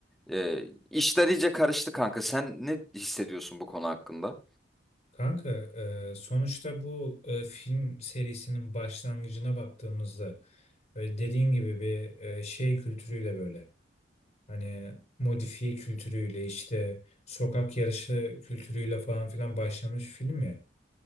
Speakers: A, in the centre; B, on the left (about 40°).
A: E, işler iyice karıştı kanka. Sen ne hissediyorsun bu konu hakkında?
B: Kanka, e, sonuçta bu e, film serisinin başlangıcına baktığımızda böyle dediğin gibi bir e, şey kültürüyle böyle hani modifiye kültürüyle işte sokak yarışı kültürüyle falan filan başlamış film ya.